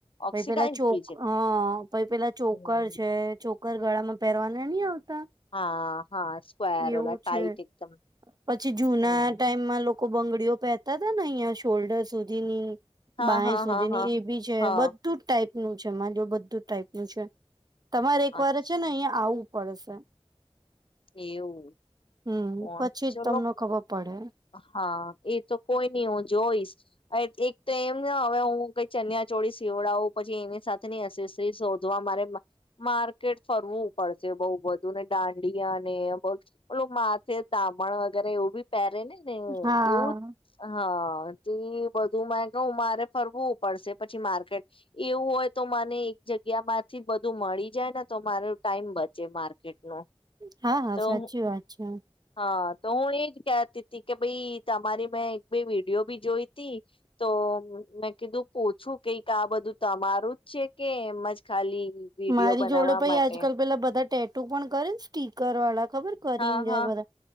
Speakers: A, on the left (about 55°); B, on the right (about 40°).
A: ઓક્સિડાઇઝ
B: પછી પેલા ચોક
A: બી છે
B: હં, પ પેલા ચોકર
A: હમ,
B: છે, ચો ચોકર ગળામાં પહેરવાના ની આવતા?
A: હા હા સ્ક્વેર
B: એવું
A: ઓલા ટાઈટ
B: છે.
A: એકદમ
B: પછી જુના
A: હમ
B: ટાઈમમાં લો કો બંગડીઓ પહેતા હતા ને અહિયાં શોલ્ડર સુધીની,
A: હા
B: બાંય
A: હા
B: સુધી
A: હા હા
B: ની, એ બી છે.
A: હા
B: બધું જ ટાઈપ નું છે મારા જોડે બધું ટાઈપ નું છે. તમારે એક
A: અચ્છા
B: વાર છે ને અહિયા આવું પડશે
A: એવું
B: હમ
A: કોણ
B: પછી
A: ચલો
B: જ તમને ખબર પડે.
A: હા એ તો કોઈ નઈ હું જોઈશ એક તો એમ ને હવે હું ક ચનિયાચોળી સીવડાવું પછી એની સાથે ની એકસિસરીજ શોધવા મારે માર્કેટ ફરવું પડશે બઉ બધું ને ડા ડિયા ને બધુ માથે તામણ વગેરે એવુ બી પેરેને? ને
B: હા
A: એવું જ હા બધું માટે ક મારે ફરવું પડશે પછી માર્કેટ એવું હોય તો મને એક જગ્યા માંથી બધું મળી જાય ને તો મારો ટાઈમ બચે માર્કેટ નો.
B: હા, હા
A: તો
B: સાચી
A: હું
B: વાત છે.
A: હા તો હું એજ કેતી કે ભાઈ તમારી મેં એક બે વિડીયો બી જોઈ તી તો મેં કીધું પૂછું કઈક આ બધું તમારું જ છે કે એમજ ખાલી વિડીયો
B: મારી
A: બનાવવા
B: જોડે પાઈ
A: માટે
B: આજકાલ પેલા બધા ટેટ ટુ પણ કરે ને સ્ટીકર વાળા ખબર કરીને
A: હા હા
B: જાય બધા